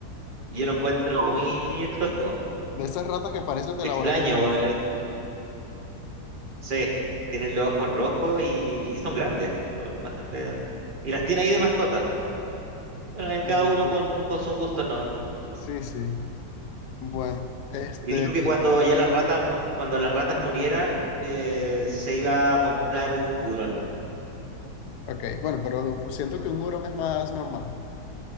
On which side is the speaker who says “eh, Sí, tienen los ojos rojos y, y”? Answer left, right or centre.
Right